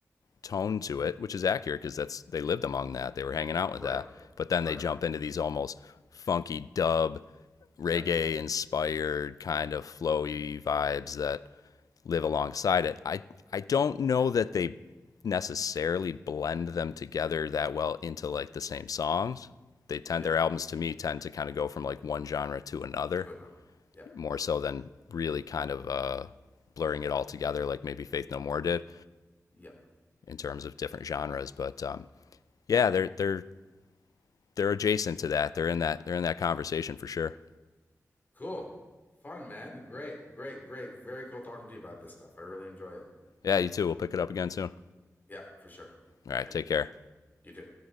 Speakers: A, on the left; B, on the left.
A: tone to it, which is accurate because that's they lived among that, they were hanging out
B: Right.
A: with that. But then
B: Right.
A: they jump into these almost funky dub, reggae
B: Yeah.
A: inspired kind of flowy vibes that live alongside it. I I don't know that they necessarily blend them together that well into like the same songs. They tend
B: Yeah.
A: their albums to me tend to kind of go from like one genre to another
B: To another. Yeah.
A: more so than really kind of uh, blurring it all together like maybe Faith No More did
B: Yeah.
A: in terms of different genres. But um, yeah, they're they're they're adjacent to that. They're in that they're in that conversation for sure.
B: Cool. Fun, man. Great. Great. Great. Very cool talking to you about this stuff. I really enjoy it.
A: Yeah, you too. We'll pick it up again soon.
B: Yeah, for sure.
A: All right,
B: Okay.
A: take care.
B: You too.